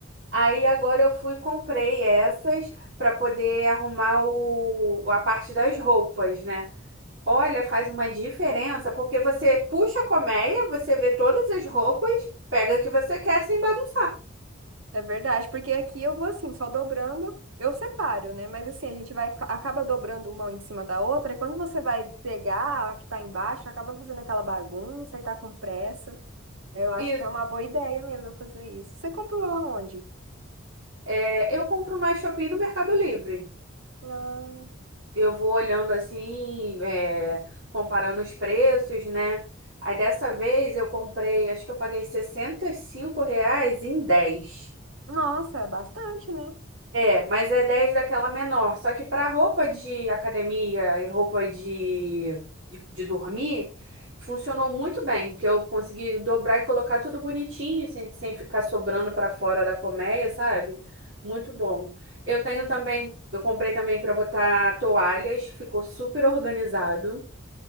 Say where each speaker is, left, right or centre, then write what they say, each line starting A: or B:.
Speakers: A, on the right; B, on the right.
A: Aí agora eu fui e comprei essas para poder arrumar o, a parte das roupas, né? Olha, faz uma diferença, porque você puxa a colmeia, você vê todas as roupas, pega o que você quer sem bagunçar.
B: É verdade, porque aqui eu vou assim, só dobrando, eu separo, né? Mas assim, a gente vai, acaba dobrando uma em cima da outra, e quando você vai pegar a que tá embaixo, acaba fazendo aquela bagunça e tá com pressa. Eu acho
A: Isso.
B: que é uma boa ideia mesmo fazer isso. Você comprou aonde?
A: É, eu compro na Shopee e no Mercado Livre.
B: Ah,
A: Eu vou olhando assim, é, comparando os preços, né? Aí dessa vez eu comprei, acho que eu paguei 65 reais em 10.
B: Nossa, é bastante, né?
A: É, mas é 10 daquela menor. Só que para roupa de academia e roupa de, de, de dormir, funcionou muito bem, que eu consegui dobrar e colocar tudo bonitinho, sem, sem ficar sobrando para fora da colmeia, sabe? Muito bom. Eu tenho também, eu comprei também para botar toalhas, ficou super organizado.